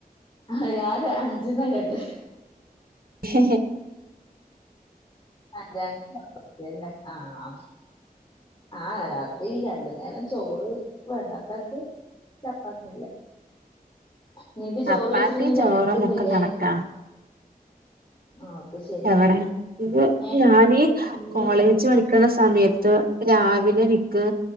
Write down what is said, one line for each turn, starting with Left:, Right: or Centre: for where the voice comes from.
Left: ആഹ് ഞാൻ അഞ്ചെന്ന കേട്ടെ
Right: ഹി ഹി
Left: അതെ അതന്നേ ആഹ് ആഹ് രാത്രി രണ്ടു നേരം ചോറ് വേണ്ടത്താക്ക് പത്തല്ല നിനക്ക്
Right: ചപ്പാത്തിയും
Left: ചോറ് വച്ചിട്ട് നീ തടിക്കുന്നില്ലേ?
Right: ചോറും ഒക്കെ കണക്കാ
Left: ആഹ് അപ്പൊ ശരിയാ
Right: എവിടെ ഇത്
Left: ഏ
Right: ഞാന് കോളേജ്
Left: നീ
Right: പഠിക്കുന്ന സ സമയത്ത് രാവിലെ എനിക്ക്